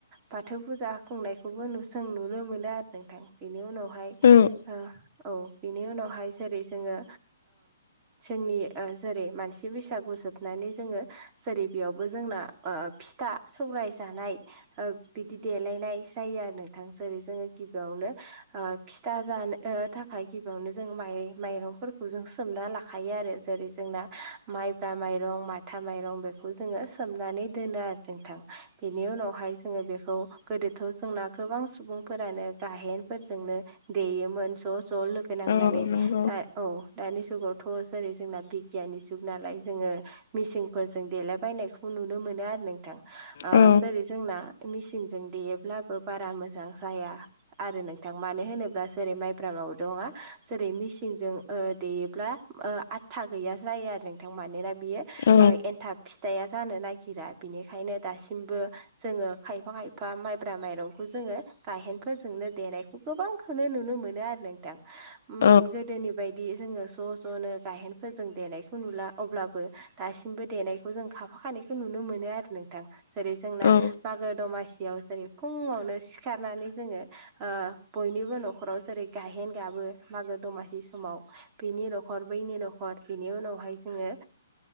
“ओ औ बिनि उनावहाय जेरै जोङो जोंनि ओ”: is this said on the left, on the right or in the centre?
Right